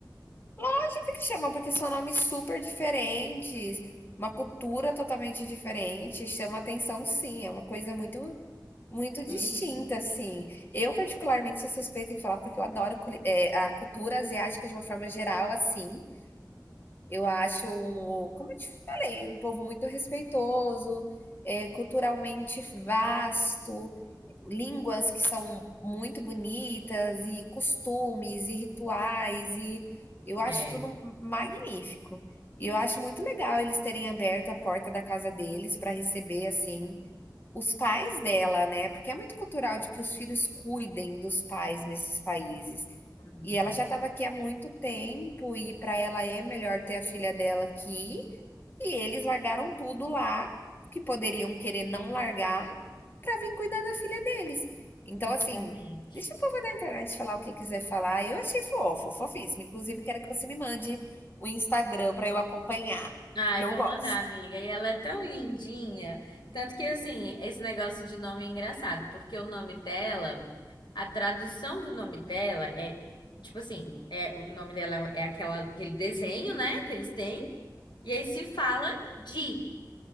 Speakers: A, on the left (about 30°); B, on the left (about 90°).
A: Acho que que chama, porque são nomes super diferentes, uma cultura totalmente diferente, chama atenção, sim, é uma coisa muito muito distinta,
B: Uhum.
A: assim. Eu particularmente sou suspeita em falar porque eu adoro culi- é, a cultura asiática de uma forma geral, assim. Eu acho um, como eu te falei, um povo muito respeitoso, é culturalmente vasto, línguas que são muito bonitas, e costumes, e rituais, e eu acho
B: É.
A: tudo magnífico. E eu acho muito legal eles terem aberto a porta da casa deles para receber assim os pais dela, né, porque é muito cultural de que os filhos cuidem dos pais nesses países.
B: Uhum.
A: E ela já estava aqui há muito tempo e para ela é melhor ter a filha dela aqui. E eles largaram tudo lá, que poderiam querer não largar, para vir cuidar da filha deles. Então,
B: Sinceramente.
A: assim, deixa o povo da internet falar o que quiser falar. Eu achei fofo, fofíssimo. Inclusive, quero que você me mande o Instagram para eu acompanhar,
B: Ai,
A: porque eu
B: vou
A: gosto.
B: mandar, amiga. E ela é tão lindinha. Tanto que, assim, esse negócio de nome é engraçado, porque o nome dela, a tradução do nome dela é, tipo assim, é, o nome dela é aquela, aquele desenho, né, que eles têm. E aí se fala de.